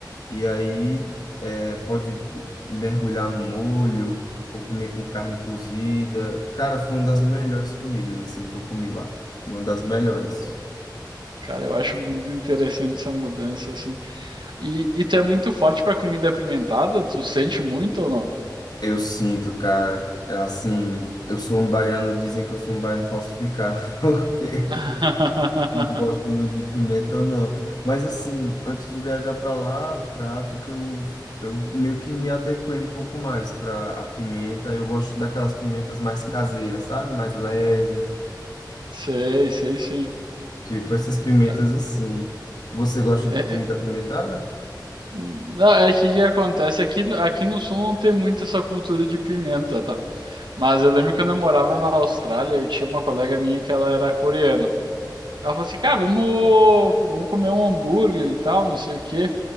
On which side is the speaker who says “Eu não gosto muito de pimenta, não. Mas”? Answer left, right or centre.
Left